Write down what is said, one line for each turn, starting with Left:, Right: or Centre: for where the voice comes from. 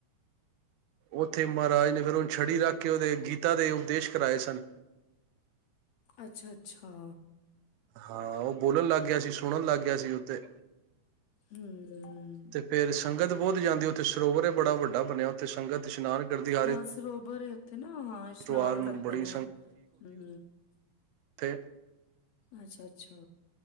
Right: ਉੱਥੇ ਮਹਾਰਾਜ ਨੇ ਫਿਰ ਉਹਨੂੰ ਛੜੀ ਰੱਖ ਕੇ ਉਹਦੇ ਗੀਤਾ ਦੇ ਉਪਦੇਸ਼ ਕਰਵਾਏ ਸਨ।
Left: ਅੱਛਾ ਅੱਛਾ
Right: ਹਾਂ ਉਹ ਬੋਲਣ ਲੱਗ ਗਿਆ ਸੀ ਸੁਣਨ ਲੱਗ ਗਿਆ ਸੀ ਉੱਥੇ
Left: ਹੂੰ।
Right: ਤੇ ਫੇਰ ਸੰਗਤ ਬਹੁਤ ਜਾਂਦੀ ਉੱਥੇ ਸਰੋਵਰ ਬੜਾ ਵੱਡਾ ਬਣਿਆ ਉੱਥੇ ਸੰਗਤ ਇਸ਼ਨਾਨ ਕਰਦੀ ਹਰ
Left: ਹਾਂ ਸਰੋਵਰ ਹੈ। ਨਾ
Right: ਐਤਵਾਰ
Left: ਇਸ਼ਨਾਨ
Right: ਨੂੰ
Left: ਕਰਦੇ
Right: ਬੜੀ
Left: ਨੇ ਹੂੰ
Right: ਤੇ
Left: ਅੱਛਾ- ਅੱਛਾ